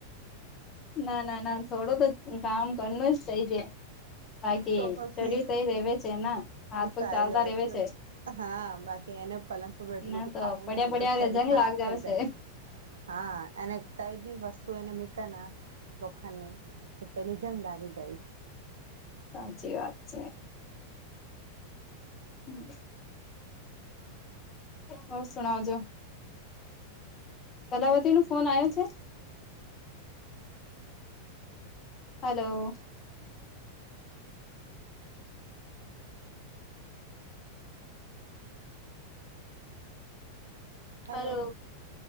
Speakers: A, on the left; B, on the right.
A: ના ના ના થોડો તો કામ કરનું જ થઈ જ બાકી
B: તો પછી
A: ચડી થઈ રવે છે ને? હાજ તો
B: સારી
A: ચાલતા
B: વાત
A: રહેવે છે.
B: હા બાકી એને પલંગ બેઠું બેઠું
A: ના તો
B: ખાવું
A: પડ્યા
B: ને
A: પડ્યા
B: તો શરીર
A: જંગ
B: ખરાબ
A: લાગ જાવ
B: થઈ
A: છે
B: જાય. હા અને કંઈ બી વસ્ તુ એને મિક ના લોખંડને તો પેલી જંગ લાગી જઈશ.
A: સાચી વાત છે. હમ્મ. હો સુના જો. કલાવતી નો ફોન આવ્યો છે? હાલો.
B: હાલો,
A: હલો